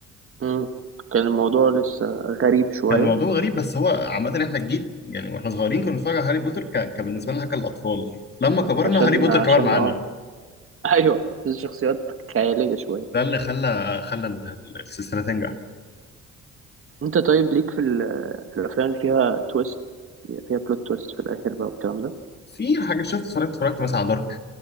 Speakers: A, on the right; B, on the left.
A: امم كان الموضوع لسه غريب شوية
B: كان الموضوع غريب بس هو عامه احنا الجيل يعني واحنا صغيرين كنا بنتفرج على هاري بوتر ك... كبالنسبه لنا حاجه الاطفال لما كبرنا
A: عشان
B: هاري بوتر
A: عشان
B: كبر معانا
A: اه <laughs> ايوه الشخصيات خيالية شوية
B: ده اللي خلى خلى ال- السلسله تنجح
A: انت طيب ليك في, ال- في الافلام اللي فيها تويست بيبقى فيها بلوت تويست في الاخر بقى والكلام ده
B: في حاجه شفت اتفرجت اتفرجت مثلا على دارك